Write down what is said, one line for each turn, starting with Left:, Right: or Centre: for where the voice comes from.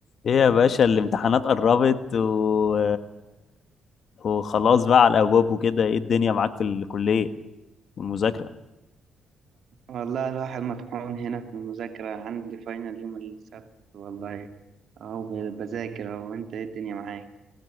Left: ايه يا باشا الامتحانات قربت و... وخلاص بقى على الابواب وكده ايه الدنيا معاك في الكليه والمذاكره
Right: والله الواحد مطحون هنا في المذاكرة عندي فاينل يوم السبت والله أهو ب- بذاكر أهو أنت إيه الدنيا معاك؟